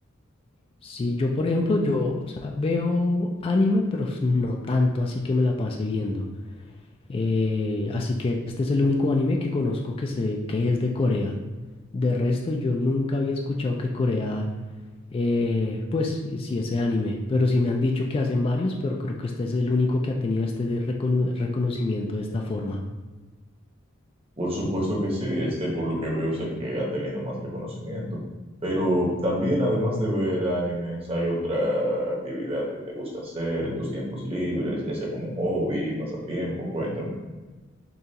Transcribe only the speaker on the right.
Por supuesto que sí, este por lo que veo es el que ha tenido más reconocimiento, pero también además de ver animes hay otra actividad que te gusta hacer en tus tiempos libres, ya sea como un hobby, pasatiempo, cuéntame.